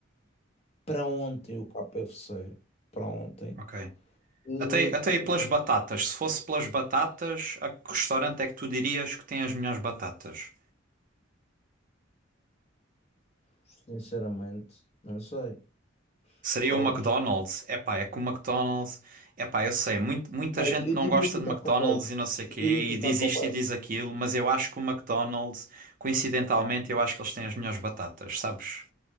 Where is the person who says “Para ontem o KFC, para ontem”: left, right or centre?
Left